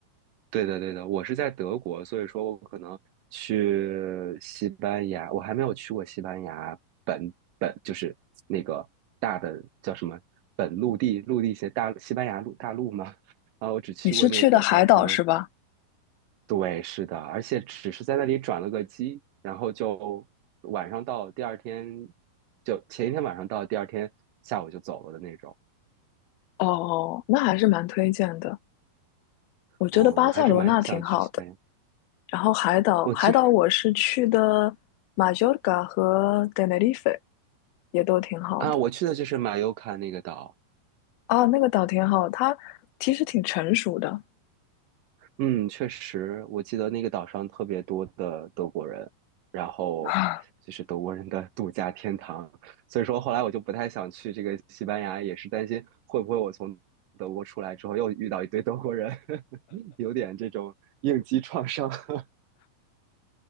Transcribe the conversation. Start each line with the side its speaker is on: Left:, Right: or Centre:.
Right: 对的对的，我是在德国，所以说我可能去西班牙，我还没有去过西班牙本本，就是那个大的叫什么本陆地陆地些大西班牙陆大陆嘛。<laughs> 啊，我只去过那个叫什么
Left: 你是去的海岛是吧？
Right: 对，是的，而且只是在那里转了个机，然后就晚上到，第二天就前一天晚上到，第二天下午就走了的那种。
Left: 哦，那还是蛮推荐的。我觉得巴塞罗那挺好的，
Right: 嗯，我还是蛮想去西班牙。
Left: 然后海岛，
Right: 我其实
Left: 海岛我是去的马约尔嘎和 Tenerife，也都挺好的。
Right: 啊，我去的就是马尤卡那个岛，
Left: 啊，那个岛挺好，它其实挺成熟的。
Right: 嗯，确实，我记得那个岛上特别多的德国人，然后就是德国人的
Left: <laughs> 啊，
Right: <laughs> 度假天堂，所以说后来我就不太想去这个西班牙，也是担心会不会我从德国出来之后又遇到一堆德国人，<laughs> 有点这种应激创伤。<laughs>